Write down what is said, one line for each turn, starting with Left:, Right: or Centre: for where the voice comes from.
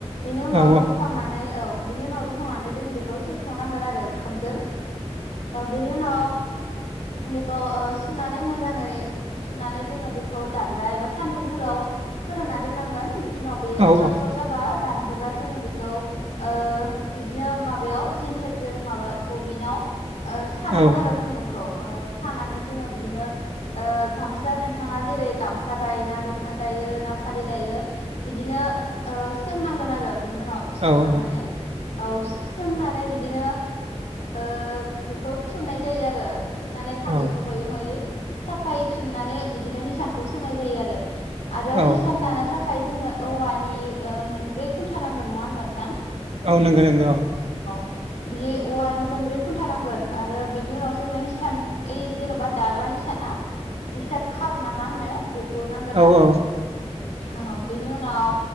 Left: बेनि उनाव
Right: औ
Left: रुखांनानै औ बिनि उनाव रुखांनानै जों बेखौ सेखावनांगोन आरो ओंखामजों बेनि उनाव बेखौ सुनानै मोजां मोजाङै सुनानै जोङो बेखौ दान्दा एबा सान्दुंफोराव फोरानना दोननांगोन बिनि उनाव बे
Right: औ
Left: स्राव स्राव जाबा रानबोला जोङो बेखौ ओ बिदिनो माबायाव सेन्टेरजों ओ माबा बबिनाव ओ सानांगोन
Right: औ
Left: आरो खुन्दुंखौ ओ सानानै जोङो बिदिनो ओ गामसा नोंथाङा जेरै गामसा दायो ना दख'ना दायो ना फालि दायो बिदिनो ओ सोंनांगोन आरो बिनि उनाव साखांनानै
Right: औ औ
Left: औ सोंनानै बिदिनो ओ बेखौ थुननाय जायो आरो थुननानै खानजोंनो
Right: औ
Left: हयै हयै साफायै थुननानै बिदिनो हिसानखौ सोंनाय जायो आरो आरो
Right: औ
Left: हिसान दानो थाखाय खाय जोंनो औवानि ओ मोनब्रै खुनटा नांगोन नङा होनबा नोंथां
Right: औ नोंगौ नोंगौ औ
Left: बियो औवानि मोनब्रै खुन्था नांगोन आरो बिनि उनाव जोंनो हिसान ओइ जेन'बा दाग्रा हिसान इसाना इसान खाल ना मा होनो बेखौ नांगोन
Right: औ
Left: आरो
Right: औ
Left: औ बेनि उनाव